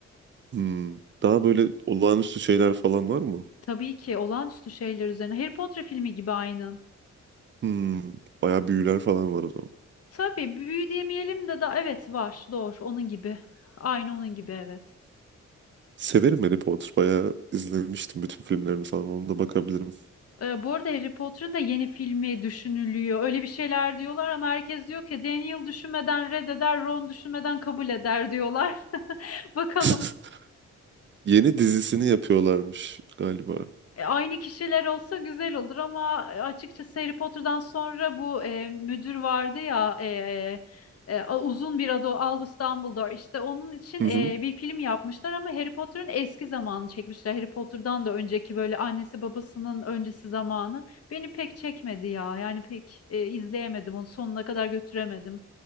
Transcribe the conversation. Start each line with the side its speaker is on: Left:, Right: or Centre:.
Right: Hmm. Daha böyle olağanüstü şeyler falan var mı?
Left: Tabii ki olağanüstü şeyler üzerine. Harry Potter filmi gibi aynen.
Right: Hmm. Bayağı büyüler falan var o zaman.
Left: Tabii büyü demeyelim de da evet var doğru onun gibi. Aynı onun gibi evet.
Right: Severim Harry Potter. Bayağı izlemiştim bütün filmlerini falan. Onu da bakabilirim.
Left: Ee, bu arada Harry Potter'ın da yeni filmi düşünülüyor. Öyle bir şeyler diyorlar ama herkes diyor ki Daniel düşünmeden reddeder, Ron düşünmeden kabul eder diyorlar. <laughs> Bakalım.
Right: <laughs> Yeni dizisini yapıyorlarmış galiba.
Left: E, aynı kişiler olsa güzel olur ama e, açıkçası Harry Potter'dan sonra bu e, müdür vardı ya e, e, e, a- uzun bir adı o, Albus Dumbledore işte onun için
Right: Hı
Left: e,
Right: hı.
Left: bir film yapmışlar ama Harry Potter'ın eski zamanını çekmişler. Harry Potter'dan da önceki böyle annesi babasının öncesi zamanı beni pek çekmedi ya yani pek e, izleyemedim onu sonuna kadar götüremedim.